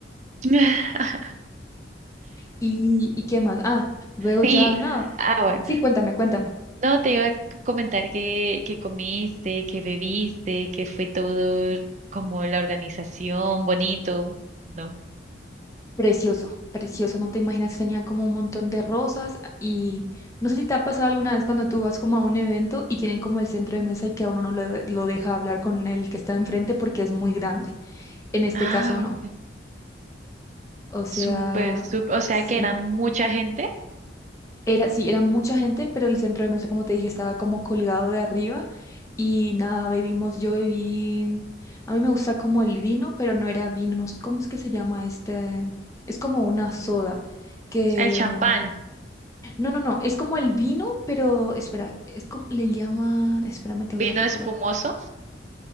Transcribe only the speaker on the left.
¿Y, y qué más? Ah, luego
ya nada.
Sí, cuéntame, cuéntame.
Precioso, precioso. No te imaginas, tenía como un montón de rosas y no sé si te ha pasado alguna vez cuando tú vas como a un evento y tienen como el centro de mesa y que a uno no lo, de- lo deja hablar con el que está enfrente porque es muy grande. En este
caso no.
O sea,
sí.
Era, sí, era mucha gente, pero el centro de mesa, como te dije, estaba como colgado de arriba y nada, bebimos, yo bebí, a mí me gusta como el vino, pero no era vino, no sé, ¿cómo es que se llama este? Es como una soda, que,
no, no, no, es como el vino, pero, espera, es como, le llaman, espérame, te
voy a recordar.